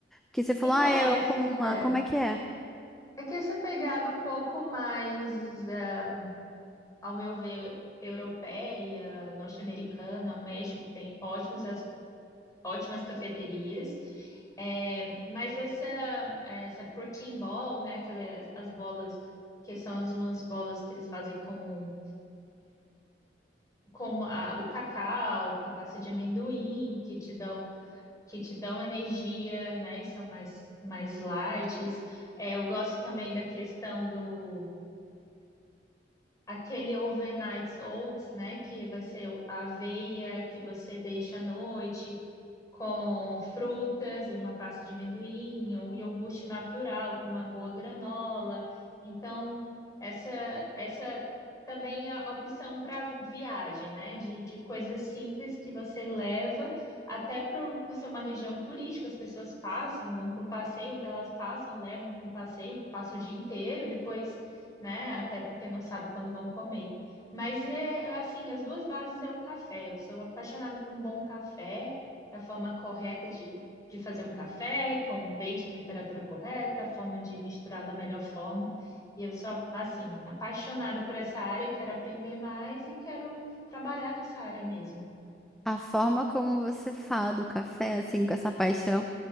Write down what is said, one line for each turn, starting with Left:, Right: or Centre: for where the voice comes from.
Centre: Que você falou,
Left: Então,
Centre: ah, é
Left: essa
Centre: comum lá.
Left: é,
Centre: Como é que é?
Left: é que essa pegada um pouco mais é, ao meu ver, europeia, norte-americana, México tem ótimos, as- ótimas cafeterias, é, mas essa, essa protein ball, né, aquelas, as bolas que são as umas bolas que eles fazem com, com a- o cacau, com a pasta de amendoim, que te dão, que te dão energia, né, e são mais, mais light. É, eu gosto também da questão do aquele overnight oats, né? Que vai ser a aveia que você deixa à noite, com frutas e uma pasta de amendoim, ou um iogurte natural com uma boa granola. Então, essa, essa também é a opção para viagem, né? De, de coisas simples que você leva, até pro- por ser uma região turística, as pessoas passam, vão para um passeio, então elas passam, levam para um passeio que passa o dia inteiro, depois, né? Até porque não sabe quando vão comer. Mas é assim, as duas bases é o café. Eu sou apaixonada por um bom café. É a forma correta de, de fazer um café com leite na temperatura correta, a forma de misturar da melhor forma. E eu sou, assim, apaixonada por essa área, quero aprender mais e quero trabalhar nessa área mesmo.
Centre: A forma como você fala do café, assim, com essa paixão,